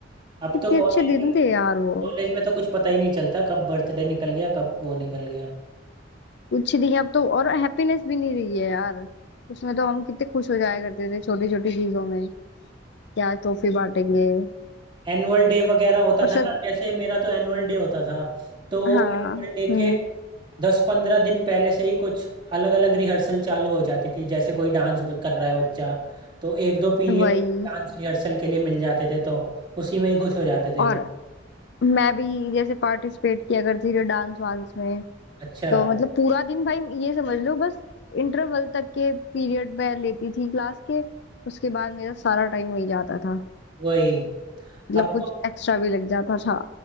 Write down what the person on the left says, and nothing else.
कितने
अच्छे दिन
थे यार वो
कुछ नहीं अब तो और हैप्पीनेस भी नहीं रही है यार उसमें तो हम कितने खुश हो जाया करते थे छोटी छोटी चीजों में क्या ट्रॉफी बांटेंगे
और सब
हाँ
हम्म
वही
और मैं भी जैसे पार्टिसिपेट किया करती थी डांस वांस में
तो मतलब पूरा दिन भाई ये समझ लो बस इंटरवल तक के पीरियड में लेती थी क्लास के उसके बाद मेरा सारा टाइम वही जाता था
मतलब
कुछ
एक्स्ट्रा भी लग जाता था